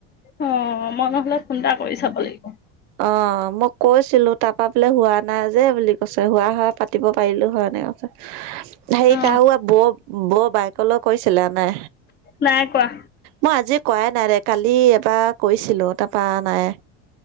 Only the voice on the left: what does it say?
অ', মই নহ'লে ফোন এটা কৰি চাব লাগিব।
অ
নাই কৰা